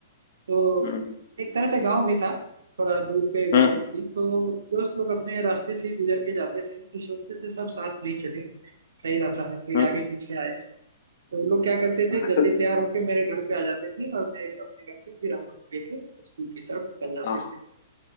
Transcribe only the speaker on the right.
तो
एक तरह से गांव भी था थोड़ा दूर पे गांव
भी थी तो दोस्त लोग अपने रास्ते से ही गुजर के जाते थे तो सोचते थे सब साथ नहीं चले सही रहता है कोई
आगे पीछे आए तो वो लोग क्या करते थे
जल्दी
तैयार होके मेरे घर पे आ जाते थे और मैं अपने घर से फिर हम लोग को लेके स्कूल की तरफ निकल जाते
थे